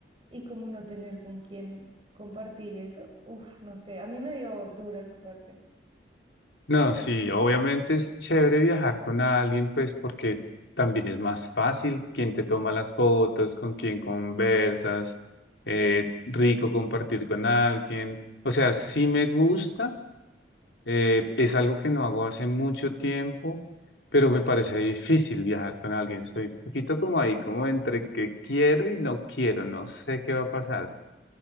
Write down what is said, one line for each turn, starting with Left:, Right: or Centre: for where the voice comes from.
Right: y como no tener con quién compartir eso. Uf, no sé, a mí me dio duro esa parte.
Left: No, sí, obviamente es chévere viajar con alguien, pues porque también es más fácil Quien te toma las fotos, con quien conversas, eh, rico compartir con alguien. O sea, sí me gusta, eh, es algo que no hago hace mucho tiempo, pero me parece difícil viajar con alguien. Estoy un poquito como ahí, como entre que quiero y no quiero, no sé qué va a pasar.